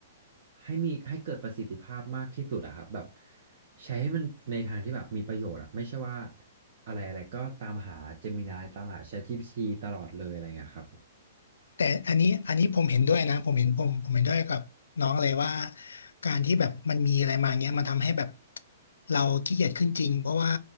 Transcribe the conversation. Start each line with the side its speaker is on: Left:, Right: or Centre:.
Right: ให้มีให้เกิดประสิทธิภาพมากที่สุดอะครับแบบ ใช้ให้มันในทางที่แบบมีประโยชน์อะไม่ใช่ว่าอะไรอะไรก็ตามหา Gemini ตามหา ChatGPT ตลอดเลยอะไรเงี้ยครับผม
Left: แต่อันนี้อันนี้ผมเห็นด้วยนะผมเห็นผมผมเห็นด้วยกับน้องเลยว่าการที่แบบมันมีอะไรมาเงี้ยมันทำให้แบบเราขี้เกียจขึ้นจริงเพราะว่า